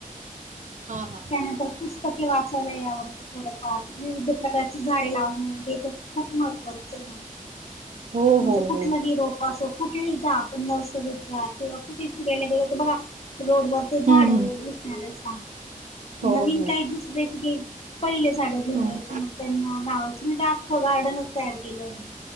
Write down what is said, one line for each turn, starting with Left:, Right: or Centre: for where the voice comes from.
Right: हा हा.
Left: त्यानंतर पुस्तके वाचायलाही आवडत. थोडंफार विविध प्रकारची झाडे लावण हे तर खूप महत्त्वाचं आहे.
Right: <inaudible>
Left: म्हणजे कुठलहि
Right: हो
Left: रोप असो कुठ? ुठ जा आपण नर्सरीत जा किंवा कुठे फिरायला गेलो तर बघा रोड वर ते झाड.
Right: हम्म हम्म
Left: त्याला सांग
Right: हो
Left: नवीन
Right: हो
Left: काही दुसरेघे पहिले झाड घेरून
Right: हम्म.
Left: जायची ना. त्यांना गावाच म्हणजे आख्खं गार्डनच तयार केलं मी